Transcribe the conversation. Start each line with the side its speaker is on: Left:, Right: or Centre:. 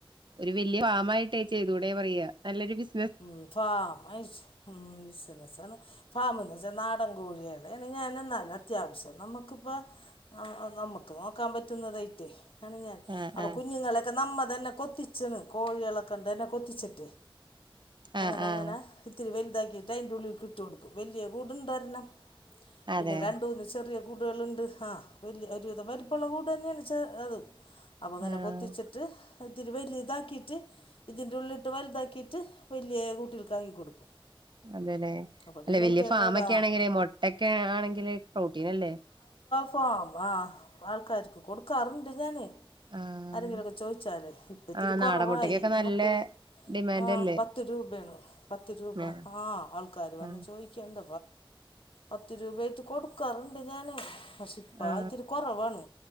Right: ഒരു വല്ല്യെ ഫാമായിട്ടെയ് ചെയ്തൂടെ പറയ നല്ലൊരു ബിസ്
Left: ഉം <unintelligible> ഉം ബിസിനസാണ് ഫാമ്‌ന്നെച്ച നാടൻ കോഴ്യേളേണ് ഞാന് ന്നാലു അത്യാവശ്യം നമുക്ക് പ്പൊ അ അ നമുക്ക് നോക്കാൻ പറ്റുന്നതായ്റ്റെയ് ആണ് ഞാൻ
Right: ആഹ്
Left: അപ്പൊ
Right: ആഹ്
Left: കുഞ്ഞുങ്ങളെക്കെ നമ്മ <unintelligible> കൊത്തിച്ച്ണ് കോഴ്യേളേക്കൊണ്ടെന്നെ കൊത്തിച്ച്ട്ടെ അങ്ങനെ
Right: ആഹ് ആഹ്
Left: അങ്ങനെ ഇത്തിരി വെൽ ണ്ടാക്കീട്ടയ്ന്റെുള്ളിൽക്കിട്ടൊട്ക്കും വല്ല്യെ കൂട്ണ്ടൊര്ണം പിന്നെ
Right: അതെ
Left: രണ്ടൂന്ന് ചെറിയ കൂടേള്ണ്ട് ആ വല്ല്യ ഒരുവിധം വലിപ്പള്ള കൂടെന്നെണ് ചെ അത് അപ്പൊങ്ങനെ
Right: ആഹ്
Left: കൊത്തിച്ചിട്ട് അതിരു വല്താക്കീറ്റ് ഇതിൻ്റുള്ളിട്ട് വൽതാക്കീറ്റ് വല്ല്യേ കൂട്ടിൽക്കാക്കി കൊടുക്കും
Right: <unintelligible> അല്ല
Left: അപ്പോൾ പിന്നെ
Right: വല്ല്യെ
Left: അയിറ്റങ്ങൾ
Right: ഫാമൊക്കെ
Left: അവിടെ ആ
Right: ആണെങ്കിലെയ് മൊട്ടക്കെ ആണെങ്കില് പ്രോട്ടീനല്ലേ
Left: <unintelligible> ആൾക്കാർക്ക് കൊടുക്കാറ്ണ്ട് ഞാന്
Right: ആഹ്
Left: ആരെങ്കിലൊക്കെ ചോയ്ചാലെയ് ഇപ്പത്തിരി
Right: ആഹ് നാടൻ
Left: കൊറവായി
Right: മുട്ടക്കൊക്കെ നല്ല
Left: മുട്ട <unintelligible>
Right: ഡിമാൻഡ്
Left: ആ <unintelligible>
Right: അല്ലേ
Left: പത്ത് രൂപ
Right: ആഹ്
Left: ആ ആൾക്കാര് വന്ന്
Right: ആഹ്
Left: ചോയ്ക്ക്ണ്ട് പത്ത് രൂപായ്റ്റ് കൊടുക്കാറ് <unintelligible> ഞാന് പക്ഷെ ഇപ്പ
Right: ആ
Left: ഇത്തിരി കുറവാണ്